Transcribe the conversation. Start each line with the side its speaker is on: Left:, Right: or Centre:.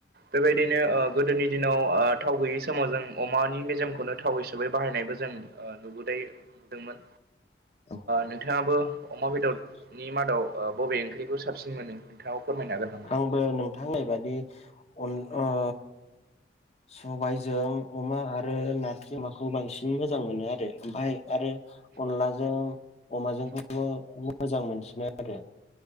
Right: बेबायदिनो ओ गोदोनि दिनाव ओ थाव गैयै समाव जों अमानि मेजेमखौनो थाव हिसाबै बाहायनायबो जों ओ नुबोदाय नुदोंमोन
Left: औ
Right: नोंथाङाबो अमा बेदर
Left: <inaudible>
Right: नि मादाव ओ बबे ओंख्रिखौ साबसिन मोनो नोंथाङाव फोरमायनोागोन नामा।
Left: आंबो नोंथांनायबादि अन ओ सबायाइजों अमा आरो नारखेमाखौ बांसिन मोजां मोनो आरो ओमफफ्राय आरो अनलाजों अमाजोंखौबो मोजां मोनसिनो आरो